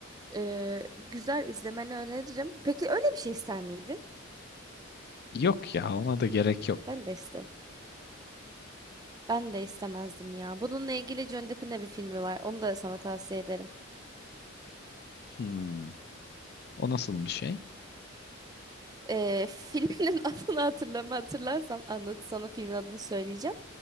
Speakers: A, on the right (about 20°); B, on the left (about 55°).
A: Ee, güzel izlemeni öneririm. Peki öyle bir şey ister miydin?
B: Yok ya ona da gerek yok.
A: Ben de istem. Ben de istemezdim ya. Bununla ilgili Johnny Depp'in de bir filmi var. Onu da sana tavsiye ederim.
B: Hmm, o nasıl bir şey?
A: Ee, filminin <laughs> adını hatırlama hatırlarsam anlat sana filmin adını söyleyeceğim.